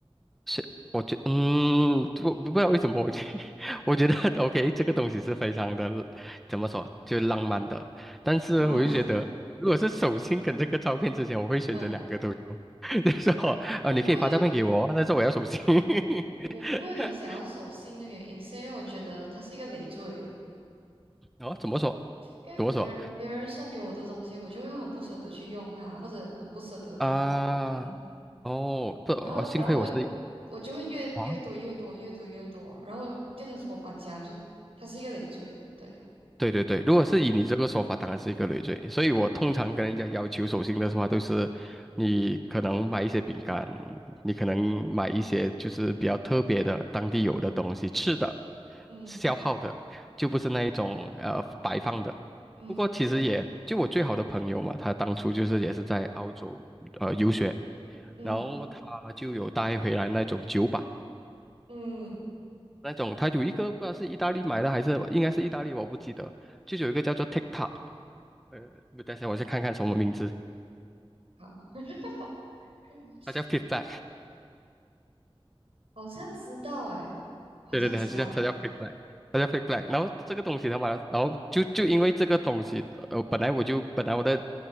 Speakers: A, in the centre; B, on the right.
A: 是，我觉嗯，不不知道为什么，我觉 <laughs> 我觉得 <laughs> OK，这个东西是非常的，怎么说，就浪漫的。但是我就觉得，
B: 啊？<laughs>
A: 如果是手心跟这个照片之前，我会选择两个都有。
B: 嗯，
A: <laughs> 就是说，啊，你可以发照片给我，
B: 我不会，
A: 但是我要手信。<laughs>
B: 我不会很想要手信的原因，是因为我觉得它是一个累赘。
A: 哦，怎么说？
B: 因为别人别人送给我的东西，
A: 怎么说？
B: 我就会很不舍得去用它，或者很不舍得就，
A: 啊、
B: 嗯，
A: 哦，这、呃幸亏我是。
B: 然后然后我我就会越越多越多越多越多，
A: 啊。
B: 然后变成说我搬家就它是一个累赘，对，
A: 对对对，如果是以你这个说法，
B: 嗯，
A: 当然是一个累赘。所以我通常跟人家要求手信的话，
B: 对，
A: 都是你可能买一些饼干，你可能买一些就是比较特别的当地有的东西吃的，
B: 嗯
A: 消耗的，就不是那一种呃摆放的。
B: 嗯
A: 不过其实也就我最好的朋友嘛，他当初就是也是在澳洲呃游学，
B: 嗯嗯
A: 然后他就有带回来那种酒板，
B: 嗯，嗯
A: 那种他有一个不知道是意大利买的还是应该是意大利，我不记得，就有一个叫做 TikTok。呃，不等一下，我先看看什么名字，
B: 好，<clears throat>
A: 它叫 Pickback，
B: 好像知道诶，好像知道。
A: 对对对，还是叫它叫 Pickback，它叫 Pickback。然后这个东西他妈，然后就就因为这个东西，呃，本来我就本来我的